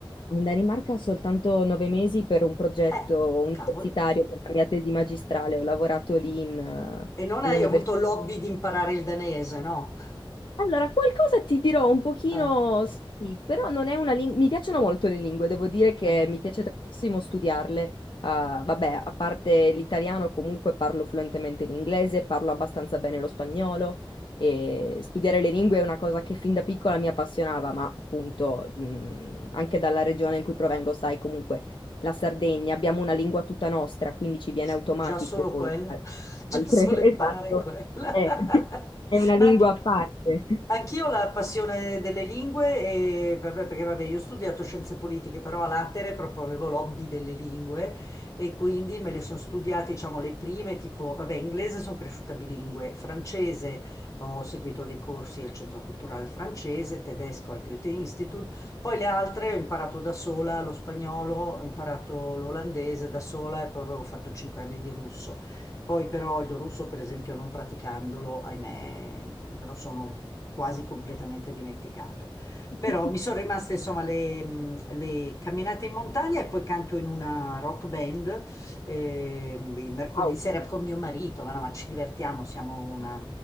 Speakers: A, on the left (about 60°); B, on the left (about 35°).
A: In Danimarca soltanto nove mesi per un progetto
B: Eh,
A: universitario
B: cavoli.
A: per la mia tesi magistrale, ho lavorato lì in, eh,
B: E non
A: all'università
B: hai avuto l'hobby di imparare il danese, no?
A: Allora, qualcosa ti dirò un pochino,
B: Eh,
A: sì, però non è una lingua. Mi piacciono molto le lingue, devo dire che
B: eh.
A: mi piace tantissimo studiarle. Ah, vabbè, a parte l'italiano, comunque parlo fluentemente l'inglese, parlo abbastanza bene lo spagnolo e studiare le lingue è una cosa che fin da piccola mi appassionava, ma appunto, mh, anche dalla regione in cui provengo, sai, comunque la Sardegna, abbiamo una lingua tutta nostra, quindi ci viene
B: Sì,
A: automatico
B: Già solo
A: poi
B: quella,
A: fare
B: <laughs> già
A: altre.
B: solo
A: <laughs>
B: imparare
A: Esatto.
B: quella.
A: Eh.
B: <laughs>
A: È una lingua
B: Ma anche-
A: a parte.
B: anch'io ho la passione delle lingue, e, vabbè, perché vabbè, io ho studiato scienze politiche, però a latere proprio avevo l'hobby delle lingue e quindi me le sono studiate, diciamo, le prime, tipo, vabbè, inglese sono cresciuta bilingue, francese ho seguito dei corsi al Centro Culturale Francese, tedesco al Goethe-Institut poi le altre ho imparato da sola, lo spagnolo, ho imparato l'olandese da sola e poi avevo fatto cinque anni di russo. Poi però il russo, per esempio, non praticandolo, ahimè, me lo sono quasi completamente dimenticato. Però
A: <laughs>
B: mi sono rimaste insomma le, mh, le camminate in montagna e poi canto in una rock band eh, il mercoledì
A: Wow,
B: sera con mio marito, ma, no, ma ci divertiamo, siamo una,